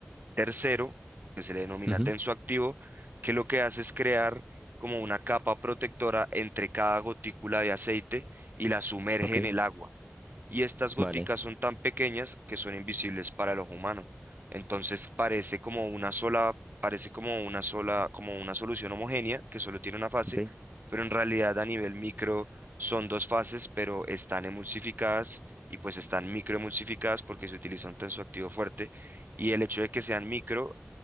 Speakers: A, on the right; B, on the right.
A: tercero, que se le denomina
B: ujú,
A: tensoactivo, que lo que hace es crear como una capa protectora entre cada gotícula de aceite y la sumerge
B: Ok,
A: en el agua y estas goticas
B: vale.
A: son tan pequeñas que son invisibles para el ojo humano. Entonces parece como una sola, parece como una sola, como una solución homogénea que solo tiene una fase,
B: Ok,
A: pero en realidad a nivel micro son dos fases, pero están emulsificadas y pues están microemulsificadas porque se utiliza un tensoactivo fuerte y el hecho de que sean micro,